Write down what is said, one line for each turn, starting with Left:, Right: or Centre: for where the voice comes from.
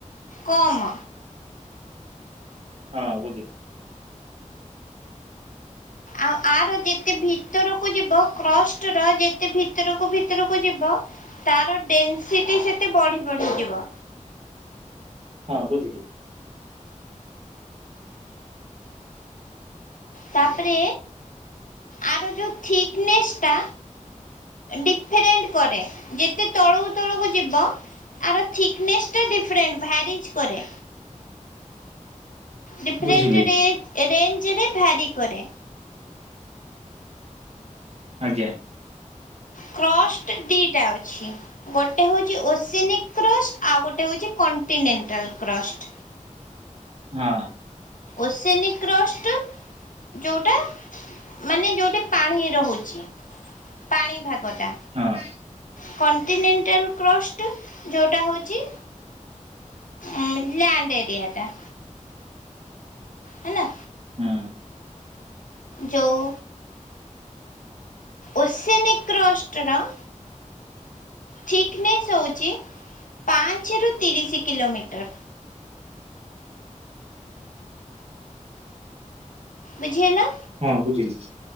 Left: କମ୍।
Right: ହଁ ବୁଝି
Left: ଆଉ ଆର ଯେତେ ଭିତରକୁ ଯିବ କ୍ରସ ର ଯେତେ ଭିତରକୁ ଭିତରକୁ ଯିବ ତାର ଡେନ୍ସିଟି ସେତେ ବଢି ବଢି ଯିବ।
Right: ହଁ ବୁଝିଲି।
Left: ତାପରେ ଆର ଯଉ ଥିକନେସ ଟା ଡିଫରେଣ୍ଟ କରେ। ଯେତେ ତଳକୁ ତଳୁକୁ ଯିବ ଆର ଥିକନେସ୍ ଟା ଡିରେଣ୍ଟ ଭ୍ୟାରିଜ୍ କରେ। ଡିଫରେଣ୍ଟ
Right: ବୁଝିଲି
Left: ରେ ରେଞ୍ଜରେ ଭ୍ୟାରି କରେ।
Right: ଆଜ୍ଞା।
Left: କ୍ରଷ୍ଟ ଦିଟା ଅଛି। ଗୋଟେ ହଉଛି ଓସେନିକ୍ କ୍ରଷ୍ଟ ଆଉ ଗୋଟେ ହଉଛି କଣ୍ଟିନେଣ୍ଟାଲ କ୍ରଷ୍ଟ।
Right: ହଁ।
Left: ଓସେନିକ୍ କ୍ରଷ୍ଟ୍ ଯେଉଟା ମାନେ ଯୋଉଟି ପାଣି ରହୁଛି। ପାଣି ଭାଗଟା।
Right: ହଁ।
Left: କଣ୍ଟିନେଣ୍ଟାଲ କ୍ରଷ୍ଟ ଯୋଉଟା ହଉଛି ଉଁ ଲ୍ୟାଣ୍ଡ ଏରିଆ ଟା। ହେଲା।
Right: ହଁ
Left: ଯୋଉ ଓସେନିକ୍ କ୍ରଷ୍ଟ ର ଥିକନେସ୍ ହେଉଛି ପାଞ୍ଚରୁ ତିରିଶି କିଲୋମିଟର। ବୁଝି ହେଲା?
Right: ହଁ ବୁଝିଲି।